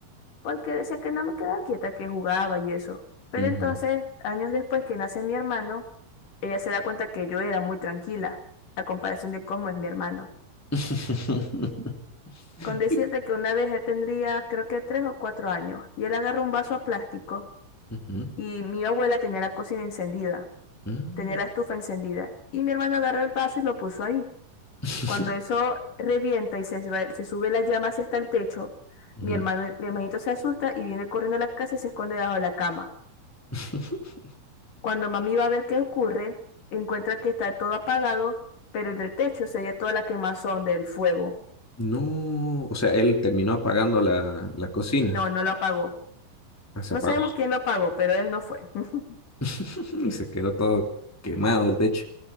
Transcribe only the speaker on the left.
porque decía que no me quedaba quieta, que jugaba y eso. Pero
entonces, años después que nace mi hermano, ella se da cuenta que yo era muy tranquila, a comparación de cómo es mi hermano.
Con decirte
que una vez él tendría, creo que tres o cuatro años, y él agarró un vaso a plástico,
y mi abuela tenía la cocina encendida,
tenía la estufa encendida, y mi hermano agarró el vaso y lo puso ahí.
Cuando eso revienta y se, sube- se sube la llama hacia hasta el techo,
mi hermano, mi hermanito se asusta y viene corriendo a la casa y se esconde debajo de la cama.
Cuando mami va a ver qué ocurre, encuentra que está todo apagado, pero en el techo se veía toda la quemazón del fuego.
No, no lo apagó.
No
sabemos quién lo apagó, pero él no fue. <laughs>